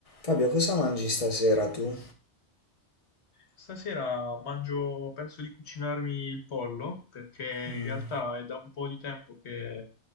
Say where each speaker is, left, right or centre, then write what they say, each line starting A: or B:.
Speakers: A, on the left (about 30°); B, on the left (about 75°).
A: Fabio, cosa mangi stasera tu?
B: Stasera mangio, penso di cucinarmi il pollo perché in
A: Mm,
B: realtà è da un po' di tempo che